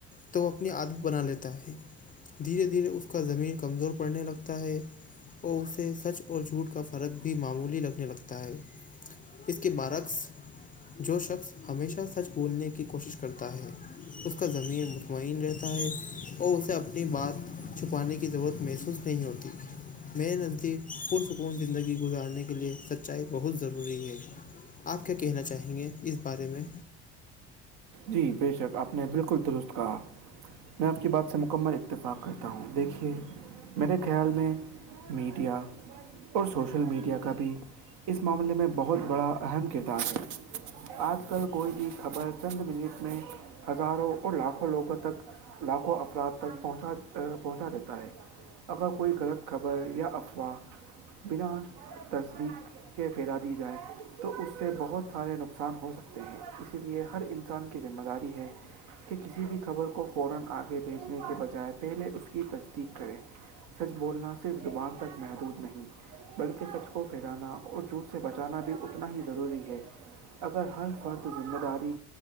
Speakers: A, on the left (about 25°); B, on the right (about 65°).
A: تو وہ اپنی عدم بنا لیتا ہے دھیرے دھیرے اس کا زمین کمزور پڑنے لگتا ہے اور اسے سچ اور جھوٹ کا فرق بھی معمولی لگنے لگتا ہے اس کے برعکس جو شخص ہمیشہ سچ بھولنے کی کوشش کرتا ہے اس کا زمین رہتا ہے اور اسے اپنی بات چھپانے کی ضرورت محسوس نہیں ہوتی میرے منظر پرسکون زندگی گزارنے کے لئے سچائی بہت ضروری ہے آپ کیا کہنا چاہیں گے اس بارے میں
B: جی بے شک آپ نے بالکل درست کہا میں آپ کی بات سے مکمل اتفاق کرتا ہوں دیکھیے میرے خیال میں میڈیا اور سوشل میڈیا کا بھی اس معاملے میں بہت بڑا اہم کردار ہے آج کل کوئی بھی خبر چند منٹ میں ہزاروں اور لاکھوں لوگوں تک لاکھوں افراد تک پہنچا پہنچا دیتا ہے اگر کوئی غلط خبر یا افواہ بنا تصدیق کے پھیلا دی جائے تو اس سے بہت سارے نقصان ہو سکتے ہیں اسی لیے ہر انسان کی ذمہ داری ہے اس کی تصدیق کریں سچ بولنا صرف زبان تک محدود نہیں بلکہ سچ کو پھیرانا اور جھوٹ سے بچانا بھی اتنا ہی ضروری ہے اگر ہر فرد ذمہ داری